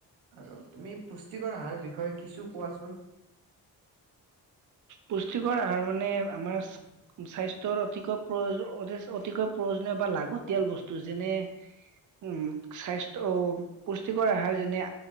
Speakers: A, on the right; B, on the right.
A: আৰু তুমি পুষ্টিকৰ আহাৰ বিষয়ে কিছু কোৱাচোন?
B: পুষ্টিকৰ আহাৰ মানে আমাৰ স্বাস্থ্যৰ অতিকৈ প্ৰয় অতিছ অতিকৈ প্ৰয়োজনীয় বা লাগতিয়াল বস্তু যেনে উম স্বাস্থ অ পুষ্টিকৰ আহাৰ যেনে